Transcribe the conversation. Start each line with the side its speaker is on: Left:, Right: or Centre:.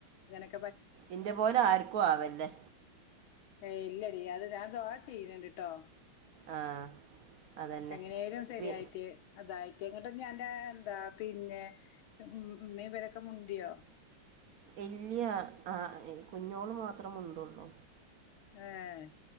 Left: <unintelligible>
Right: ഇന്റെ പോലെ ആർക്കും ആവല്ലേ
Left: ഏയ് ഇല്ലടി അത് ഞാൻ ദവാ ചെയ്യുന്നണ്ടിട്ടോ
Right: ആ അതന്നെ
Left: എങ്ങനെയാലും ശരിയായിട്ട്
Right: പി
Left: അതായി ഞാൻന്റെ എന്താ പിന്നെ ഉമ്മീവരൊക്കെ മുണ്ടിയോ
Right: ഇല്ല്യ ആഹ് ഇഹ് കുഞ്ഞോള് മാത്രം മുണ്ടോള്ളൂ
Left: ആഹ്